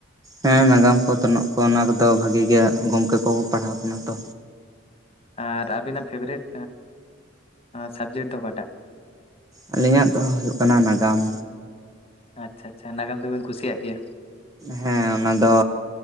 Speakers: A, on the right; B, on the left.
A: ᱦᱮᱸ ᱱᱟᱜᱟᱢ ᱠᱚ ᱚᱛᱱᱚᱜ ᱠᱚ ᱚᱱᱟ ᱠᱚᱫᱚ ᱵᱷᱟᱜᱤ ᱜᱮ ᱜᱚᱝᱠᱮ ᱠᱚ ᱯᱟᱲᱦᱟᱣ ᱠᱟᱱᱟ ᱛᱚ
B: ᱟᱨ ᱟᱵᱤᱱᱟᱜ ᱯᱷᱮᱵᱟᱨᱮᱴ ᱥᱟᱵᱡᱮᱠᱴ ᱫᱚ ᱚᱠᱟᱴᱟᱜ
A: ᱟᱹᱞᱤᱧᱟᱜ ᱫᱚ ᱦᱩᱭᱩᱜ ᱠᱟᱱᱟ ᱱᱟᱜᱟᱢ
B: ᱟᱪᱪᱷᱟ ᱟᱪᱪᱷᱟ ᱱᱟᱜᱟᱢ ᱫᱚᱵᱤᱧ ᱠᱩᱥᱤᱭᱟᱜ ᱜᱮᱭᱟ
A: ᱦᱮᱸ ᱚᱱᱟ ᱫᱚ